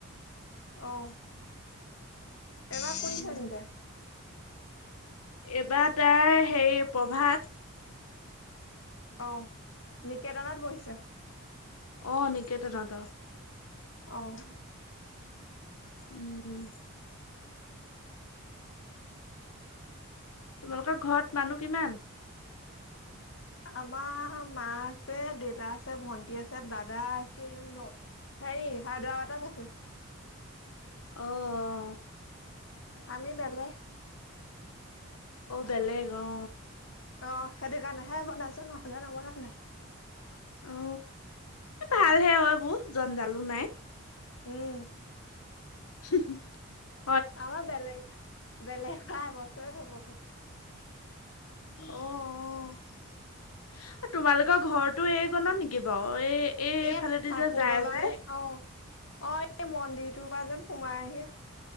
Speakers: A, on the left; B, on the left.
A: অহ। এইবাৰ
B: উম
A: কোন শ্ৰেণীতে।
B: এইবাৰ তাৰ হে প্ৰভাত।
A: অহ নিকেতনত বহিছে।
B: অ নিকেতনত
A: অহ
B: উম তোমালোকৰ ঘৰত মানুহ কিমান?
A: আমাৰ মা আছে দেউতা আছে ভন্টি আছে দাদা আছিল ন। এই হায়দৰাবাদত আছে।
B: অ অ।
A: আমি বেলেগ।
B: অ বেলেগ অ।
A: অ সেইটো কাৰণেহে বনাইছো নহলে নবনালে।
B: অ ভালহে অবৌ জনদালো নাই।
A: উম।
B: <unintelligible>
A: আমাৰ বেলেগ বেলেগ খোৱা এবছৰে হ'ব হ'ল।
B: অ অ তোমালোকৰ ঘৰটো এইক ন নেকি বাৰু? এই এইফালেদি
A: এ ঠাকুৰ
B: যে যায়
A: দলনি
B: যে
A: অ। অ এই মন্দিৰটোৰ পৰা যেন সোমাই আহে।